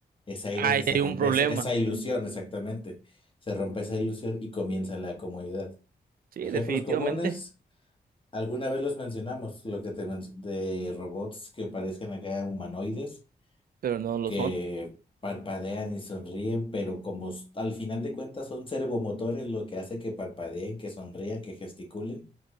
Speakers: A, on the left (about 30°); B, on the right (about 50°).
A: es ahí
B: Ahí
A: donde se
B: hay
A: rompe
B: un problema.
A: esa, esa ilusión, exactamente. Se rompe esa ilusión y comienza la comodidad.
B: Sí,
A: Ejemplos
B: definitivamente,
A: comunes. Alguna vez los mencionamos, lo que te menc- de robots que parecen acá humanoides,
B: pero no lo
A: que
B: son.
A: parpadean y sonríen, pero como s- al final de cuentas son servomotores lo que hace que parpadeen, que sonrían, que gesticulen,